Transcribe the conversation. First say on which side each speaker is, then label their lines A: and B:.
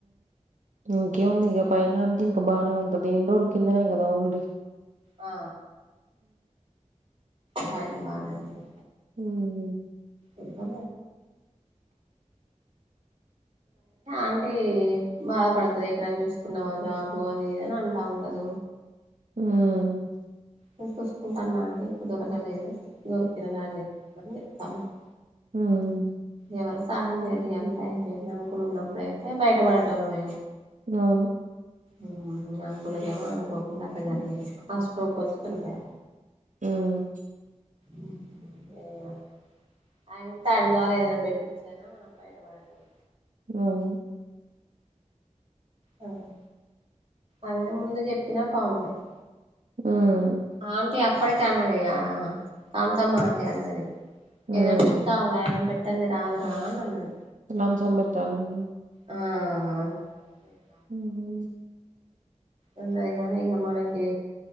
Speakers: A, on the right (about 85°); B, on the right (about 45°).
A: ఇంకేముంది ఇక పైన అంటే ఇంకా బాగానే ఉంటది ఇండోర్ కిందనే కదా ఉంది
B: ఆ పైన బాగా ఉంది
A: హ
B: ఎంటా. అంటే బాధ పడుతుంది ఎక్కడనా చూసుకున్నావా జాబు అది ఇదని అంటా ఉంటది.
A: హుమ్మ్
B: నేను చూసుకుంటాన్నా అంటే ఇప్పు దొరకలేదు దొరికిన చేస్తా అని చెప్తా ఉంటాంది.
A: హ్మ్మ్
B: ఎవరు సాయం చేయరు ఎంత అయిపోయింది అకులు ఉన్నప్పుడుయితే బయటపడతోళ్ళ మేమో.
A: అవును.
B: ఉమ్ అంకులకి ఏమో అనుకోకుండా అట్లా జరిగి హార్ట్ స్టోక్ వచ్చి చనిపోయా
A: ఉమ్
B: ఉమ్ ఏయా ఆయన ఉంటే ఆయన ద్వారా ఏదైనా పెట్టిచ్చైనా అయిన మనం బయటపడేటోళ్ళం
A: అవును
B: అవును అదే ముందు చెప్పినా బాగుండేది
A: ఉమ్
B: ఆంటీ అప్పటికీ అన్నది ఆ కాంతమ్మ ఆంటీ అన్నది
A: హ్మ్.
B: ఏం పెట్టాల్రా ఏం పెట్టంది రాదురా నన్నది
A: నంద్ సంపెత్తా నేను
B: ఆ <unintelligible> ఇది
A: ఉహు
B: ఉన్నది కానీ ఇక మనకి